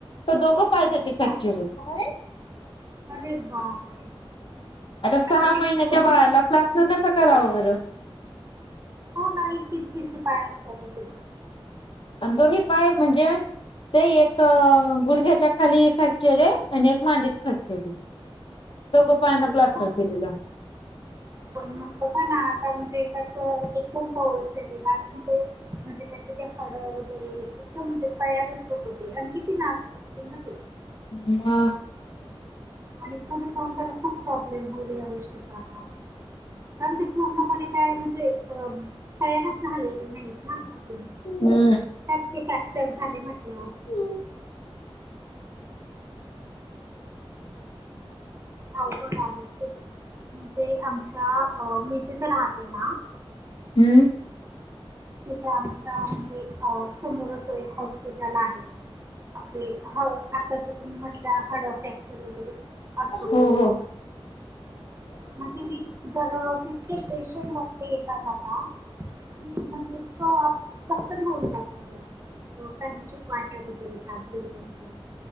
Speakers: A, on the left (about 60°); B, on the right (about 30°).
A: तर दोघं पाय त्याचे फ्रॅक्चर
B: हा हा
A: आहेत.
B: अरे बापरे.
A: तर सहा
B: आता
A: महिन्याच्या
B: ते म्हणजे
A: बाळाला क्लास्टर कस करावं बरं.
B: हो ना हीतकीतकी पाय असतात त्याज.
A: अ दोन्ही पाय म्हणजे. ते एक अ गुडघ्याच्या खाली फॅक्चर आहे आणि एक मांडीत फॅक्चर आहे. दोघं पायन
B: अरे
A: प्लास्टर
B: बापरे!
A: केलेलं.
B: पण मग का ना आता म्हणजे त्याच एकदम कवळ शरीर अजून ते. म्हणजे त्याचे ते हाडं वगैरे एकदम म्हणजे तयारच होत होते आणि किती नाजूक. बघतील ना ते.
A: मु हा.
B: आणि पुढे जाऊन त्याला खूप प्रॉब्लेम होईल या गोष्टीचा का. कारण ते पूर्ण पणे तयारच हाय. तयारच झालेली नाहीत ना त्यात
A: हम्म.
B: ते फ्रॅक्चर झाले म्हटल्यावर.
A: अ हम्.
B: अवघड आहे ते म्हणजे आमच्या मी जेथ राहते ना.
A: हम्म.
B: तिथे आमच्या म्हणजे. समोरच एक हॉस्पिटल आहे आपले हो आ. त्याच्यातून म्हटलं हड फ्रॅक्चर वगैरे. ऑर्थोपेस्टिक
A: हो हो.
B: म्हणजे मी. दररोज इतके पेशंट बघते येता जाता की म्हणजे इतकं. कस तरी होऊन जातं मला हो काही. वाट्या बदलतात गड्यांच्या